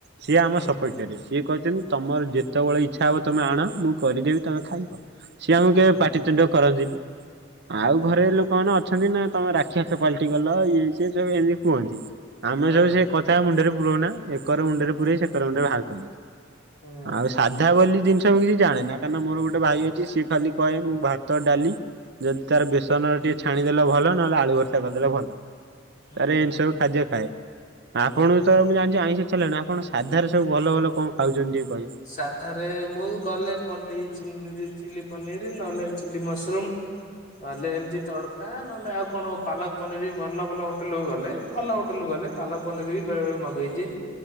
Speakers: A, on the right (about 55°); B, on the left (about 40°).
A: ସିଏ
B: ହୁଁ
A: ଆମ ସପକ୍ଷରେ ସିଏ କହିଛନ୍ତି ତମର ଯେତେବେଳେ ଇଚ୍ଛା ହବ ତମେ ଆଣ ମୁଁ କରିଦବ ତମେ
B: ହୁଁ
A: ଖାଇବ ସିଏ ଆମକୁ
B: ହୁଁ।
A: କେବେ ପାଟିତୁଣ୍ଡ କରନ୍ତିନି
B: ହୁଁ
A: ଆଉ ଘରେ ଲୋକମାନେ ଅ ଅଛନ୍ତି ନା ତମେ ରାକ୍ଷାସ ପାଲଟି ଗଲ ଇଏ ସଏ ସବୁ ଏମିତି କୁହନ୍ତି ଆମେ
B: ହଁ
A: ଯଦି ସେ କଥା ମୁଣ୍ଡରେ ରହୁ ନା ଏକର ମୁଣ୍ଡରେ
B: ହୁଁ
A: ପୁର ଏକର ମୁଣ୍ଡ ରେ ବାହାର କରିଦେ
B: ହୁଁ
A: ଆଉ ସାଧା ବୋଲି ଜିନିଷ କିଛି ଜାଣେ କାହିଁକନା ମୋର ଗୋଟେ ଭାଇ ଅଛି ସିଏ ଖାଲି କହେ ମୁଁ ଭାତ ଡାଲି ଯଦି ତାର ବେସନ ଟିକେ ଛାଣିଦେଲେ ଭଲ ନହେଲେ ଆଳୁ ଭର୍ତ୍ତା କରିଦେଲେ ଭଲ
B: ହୁଁ
A: ଆରେ ଏମିତି ସବୁ ଖାଦ୍ୟ ଖାଏ
B: ହୁଁ।
A: ଆପଣ ତ ମୁଁ ଜାଣିଛି ଆଇଁଷ ଛା କପଣ ସାଧାରେ ସବୁ ଭଲ ଭଲ କଣ ଖାଉଛନ୍ତି? କହିବେ?
B: ସାଧରେ ମୁଁ ଗଲେ ପଲି ଚି ଚିଲ୍ଲଲି ପନୀର୍ ନହେଲେ ଚିଲ୍ଲଲି ମଶ୍ରୁମ୍ ନହେଲେ ଏମିତି ତଡକା ନହେଲେ ଆଉ କଣ ପାଲକ ପନିର ଭଲ ଭଲ ହୋଟେଲ କୁ ଗଲେ ଭଲ ହୋଟେଲୁ ଗଲେ ପାଲକ୍ ପନିର ବି ବେଳେ ବଳେ ମଗେଇଦିଏ